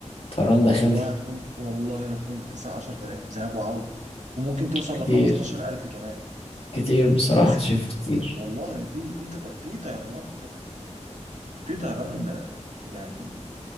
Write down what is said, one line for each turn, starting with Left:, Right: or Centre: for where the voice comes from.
Left: طيران
Right: أو
Left: داخلي
Right: والله هتكون والله لا تكون بتسعة عشر تلاف ذهاب وعودة وممكن توصل
Left: كتير
Right: لخمستاشر ألف كمان
Left: كتير بصراحة
Right: بس
Left: شايف
Right: في
Left: كتير
Right: والله في في تف... في طيرانات في طيران آه، يعني